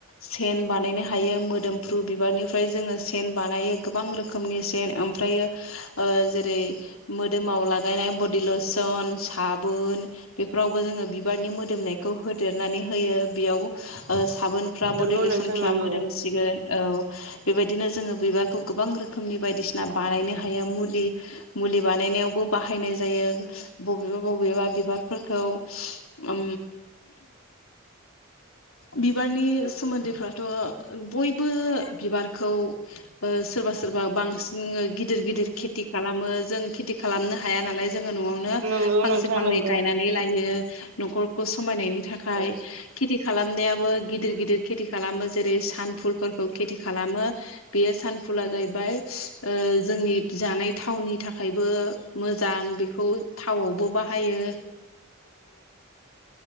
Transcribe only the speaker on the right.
नंगौ
नोंथां नंगौ
नंगौ
नोंथां
नंगौ
औ